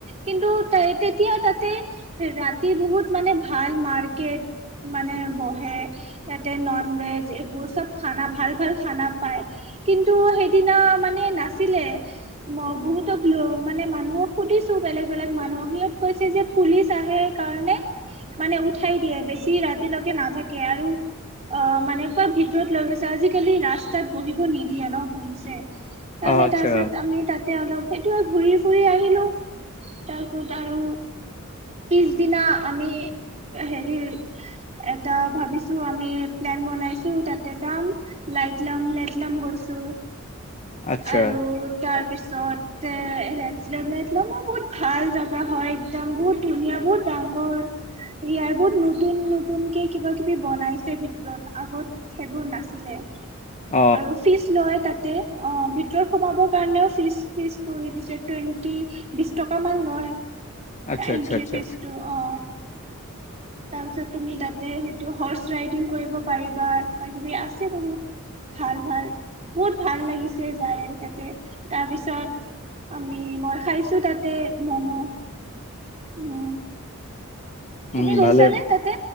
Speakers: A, on the right (about 30°); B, on the left (about 35°).
A: কিন্তু তেতিয়া তাতে ৰাতি বহুত মানে ভাল মাৰ্কেট মানে বহে নন ভেজ এইবোৰ চব খানা ভাল ভাল খানা পায় কিন্তু সেইদিনা মানে নাছিলে ম বহুতক মানে মানুহক সুধিছো বেলেগ বেলেগ মানুহক সিহঁত কৈছে যে পুলিচ আহে কাৰণে মানে উঠাই দিয়ে বেছি ৰাতিলৈকে নাথাকে আৰু অ মানে কুৱা ভিতৰত লৈ গৈছে আজিকালি ৰাস্তাত বহিব নিদিয়ে ন পুলিচে তাৰমানে
B: অ আচ্ছা
A: <unintelligible> আমি তাত তে অলপ, সেইটোৱে ঘূৰি ফুৰি আহিলোঁ। তাৰ ওপৰত আৰু পিছদিনা আমি হেৰি এটা ভাবিছোঁ আমি প্লেন বনাইছোঁ তাতে যাম, লাইট লং লাইট লং গৈছোঁ।
B: আচ্ছা
A: আৰু তাৰ পিছতে <unintelligible> মই বহুত ভাল জাগা হয়। একদম বহুত ধুনীয়া বহুত ডাঙৰ। ইয়াৰ বহুত নতুন নতুনকে কিবা কিবি বনাইছে ভিতৰত, আগত সেইবোৰ নাছিলে।
B: অ
A: আৰু ফিছ লয় তাত তে অ', ভিতৰত সোমাবৰ কাৰণেও ফিছ ফিছ কৰি দিছে, টুৱেণ্টি বিছ টকামান লয়।
B: আচ্ছা
A: এন্ট্ৰী
B: আচ্ছা আচ্ছা
A: ফিছটো অ'। তাৰ পিছত তুমি তাতে সেইটো হৰ্চ ৰাইডিং কৰিব পাৰিবা, কিবা কিবি আছে বহুত ভাল ভাল। বহুত ভাল লাগিছ যায় তাতে তাৰপিছত আমি। মই খাইছোঁ তাতে ম'ম' উম। তুমি
B: উম
A: গৈছা
B: ভালে
A: নে তাতে?